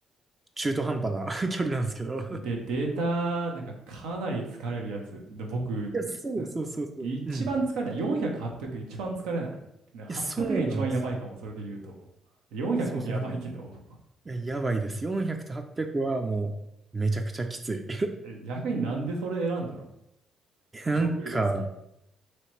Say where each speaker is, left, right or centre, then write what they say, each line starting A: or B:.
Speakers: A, on the right (about 25°); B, on the right (about 85°).
A: 中途半端な <laughs> 距離なんですけど。い
B: で、データ、なんかかなり疲れるやつ。で、僕、
A: や、そうそうそうそう。
B: な一番疲れない。
A: うん。い
B: 400、800一番疲れない。な800が一番やばいかも、
A: や、そうなんですよ。
B: それで言うと。400もやばいけど。
A: そうそう。いや、やばいです。400と800はもう、めちゃくちゃきつい。
B: <laughs> え逆になんでそれ選んだの
A: <laughs> なんか、
B: 長距離が好き。